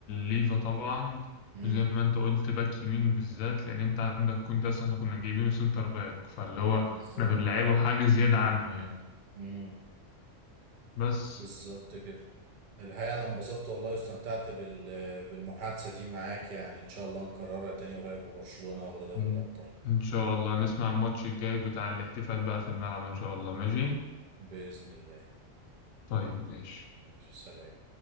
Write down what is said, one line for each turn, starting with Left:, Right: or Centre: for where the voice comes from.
Left: ليفا طبعا
Right: امم
Left: وزي ما انت قلت باك يمين بالذات لان انت عندك كونداس احنا كنا جايبينه سنتر باك فاللي هو
Right: بالظبط
Left: احنا بنلعبه حاجة زيادة عنه يعني
Right: امم
Left: بس
Right: بالظبط كده الحقيقه انا انبسطت والله واستمتعت بال بالمحادثه دي معاك يعني ان شاء الله نكررها تاني قريب وبرشلونه واخد دوري
Left: مم.
Right: الابطال
Left: ان شاء الله نسمع الماتش الجاي بتاع الاحتفال بقى في الملعب ان شاء الله ماشي
Right: باذن الله
Left: طيب ماشي
Right: ماشي سلام